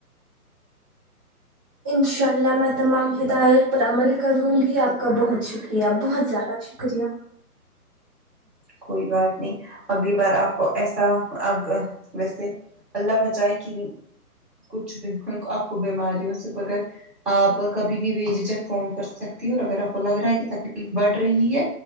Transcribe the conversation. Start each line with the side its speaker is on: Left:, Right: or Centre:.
Right: ان شاء اللہ میں تمام ہدایت پر عمل کروں گی آپ کا بہت شکریہ بہت زیادہ ش کریہ
Centre: کوئی بات نہیں اگلی بار آپ کو ایسا آگ ویسے اللہ بچائے کہ نہیں کچھ بھی آپ کو بیماریوں سے بغیر آپ کبھی بھی بجھجھک فون کر سکتی ہو اور اگر آپ کو لگ رہا ہے کہ تکلیف بڑھ رہی ہے